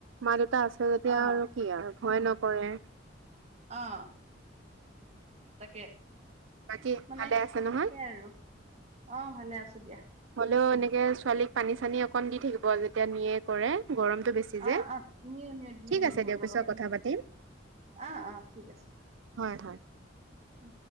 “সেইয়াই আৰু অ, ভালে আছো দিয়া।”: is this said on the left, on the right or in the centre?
Right